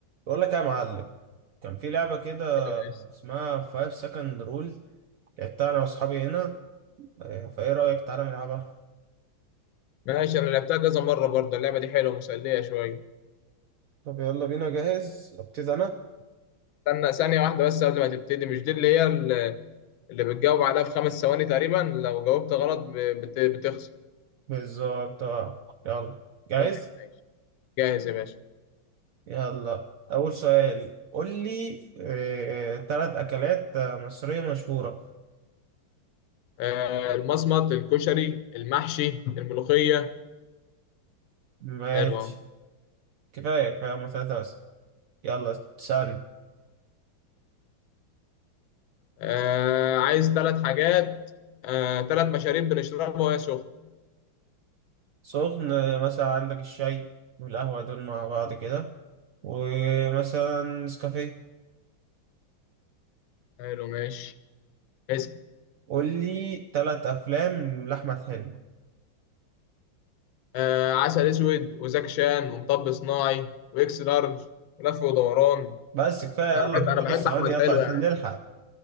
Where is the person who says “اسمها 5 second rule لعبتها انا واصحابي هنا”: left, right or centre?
Right